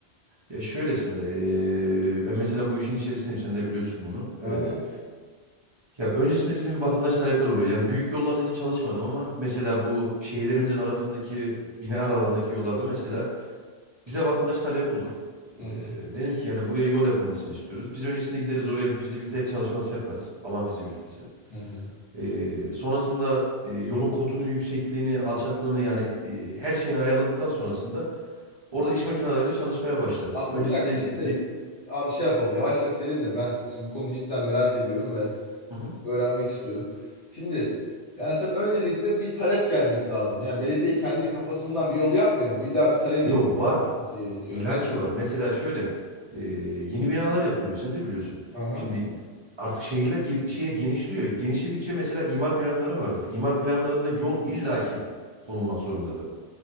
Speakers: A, on the right; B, on the left.
A: Ya şöylesine eee, ben mesela bu işin içerisindeyim sen de biliyorsun bunu.
B: Hı
A: Eee, ya öncesinde bizim vatandaş talepler oluyor. Yani büyük yollarda hiç çalışmadım ama mesela bu şehirlerimizin arasındaki bina aralarındaki yollarda mesela bize vatandaş talebi olur. Eee
B: Hı hı.
A: denir ki yani buraya yol yapılmasını istiyoruz. Biz öncesinde gideriz oraya bir fizibilite çalışması yaparız. Alan fizibilitesi.
B: Hı hı.
A: Eee, sonrasında eee, yolun kotunu, yüksekliğini, alçaklığını yani eee, her şeyini ayarladıktan sonrasında Orada iş makineleriyle çalışmaya başlarız.
B: Anladım.
A: Öncesinde
B: Bir dakika
A: zi-
B: şimdi abi şey yapalım. Yavaş yavaş gidelim de ben şimdi bu konuyu cidden merak ediyorum ve
A: Hı hı.
B: öğrenmek istiyorum. Şimdi yani sen öncelikle bir talep gelmesi lazım. Yani belediye kendi kafasından bir yolu yapmıyor mu? İlla bir talebin
A: Yo var.
B: olması gerekiyor.
A: İlla
B: Hani
A: ki var. Mesela şöyle e, yeni binalar yapılıyor. Sen de biliyorsun.
B: Aha.
A: Şimdi artık şehirler gel- şeye genişliyor. Genişledikçe mesela imar planları vardır. İmar planlarında yol illaki konulmak zorundadır.